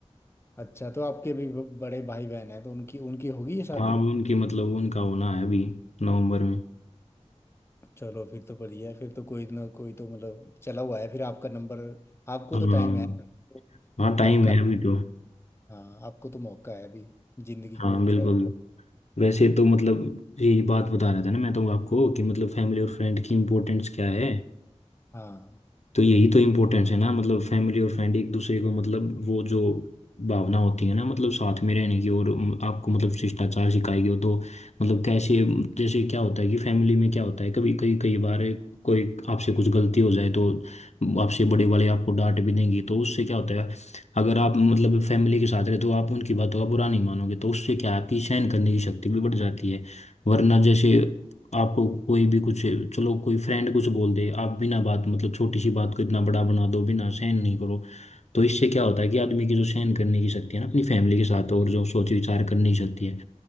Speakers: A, on the left (about 20°); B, on the left (about 70°).
A: अच्छा तो आपके भी ब- बड़े भाई बहन हैं तो उनकी उनकी होगी ये शादी
B: हाँ उनकी मतलब उनका होना है अभी नवंबर में
A: चलो फिर तो बढ़िया है फिर तो कोई ना कोई तो मतलब चला हुआ है फिर आपका नंबर आपको
B: हाँ
A: तो टाइम है तो
B: हाँ टाइम
A: मौका
B: है
A: है
B: अभी तो
A: हाँ आपको तो मौका है अभी जिंदगी
B: हाँ
A: को एंजॉय
B: बिल्कुल
A: कर
B: वैसे तो मतलब यही बात बता रहा था ना मैं तो आपको कि मतलब फैमिली और फ्रेंड की इम्पोर्टेंस क्या है
A: हाँ
B: तो यही तो इम्पोर्टेंस है ना मतलब फैमिली और फ्रेंड एक दूसरे को मतलब वो जो भावना होती है ना मतलब साथ में रहने की और म, आपको मतलब शिष्टाचार सिखाई गई हो तो मतलब कैसे जैसे क्या होता है कि फैमिली में क्या होता है कभी कई कई बार कोई आपसे कुछ गलती हो जाए तो आपसे बड़े वाले आपको डांट भी देंगे तो उससे क्या होता है अगर आप मतलब फैमिली के साथ रहे तो आप उनकी बातों का बुरा नहीं मानोगे तो उससे क्या है, आपकी सहन करने की शक्ति भी बढ़ जाती है वरना जैसे आपको कोई भी कुछ चलो कोई फ्रेंड कुछ बोल दे आप बिना बात मतलब छोटी सी बात को इतना बड़ा बना दो बिना सहन नहीं करो तो इससे क्या होता है कि आदमी की जो सहन करने की शक्ति है ना अपनी फैमिली के साथ और जो सोच विचार करने की शक्ति है